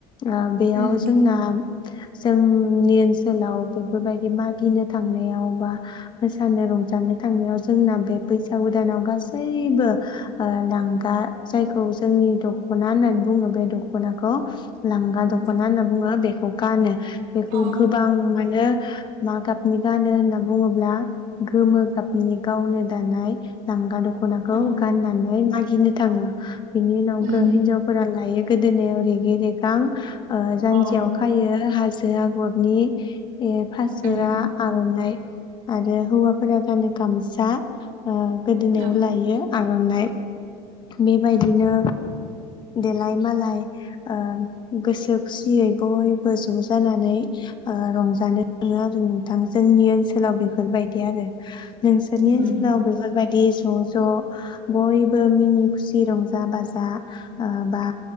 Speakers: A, on the left (about 30°); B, on the right (about 70°).
A: ओ बेयाव
B: उम
A: जोंना जोंनि ओनसोलाव बेफोरबायदि मागिनो थांनायाव बा मोसानो रंजानो थांनायाव जोंना बे बैसागु दानाव गासैबो ओ लांगा जायखौ जोंनि दख'ना होननानै बुङो। बे दख'नाखौ लांगा
B: उम
A: दख'ना होनना बुंङो बेखौ। गानो। बेखौ
B: अ
A: गोबां माने। मा गाबनि गानो होनना बुङोब्ला गोमो गाबनि गावनो दानाय लांगा दख। खनाखौ
B: अ
A: गान्नानै। मागिनो थाङो। बिनि उनाव
B: उम
A: हिनजावफोरालाय। <inaudible> गोदोनायाव रेगे रेगां। ओ जानजियाव
B: अ
A: खायो हा। से आगरनि। ए फासोरा
B: उम
A: आर'नाइ। आरो हौवाफोरा गानो गामसा। ओ गोदोनायाव
B: ओ
A: लायो। आर'नाइ बेबायदिनो देलाय। मालाय ओ गोसो खुसियै बयबो ज' जानानै ओ रंजानो थाङो आरो नोंथां जोंनि ओनसोलाव बेफोरबायदि आरो। नोंसोरनि
B: उम
A: ओनसोलाव बेफो। बायदि ज' ज' बयबो मिनि- खुसि रंजा -बाजा आ बा।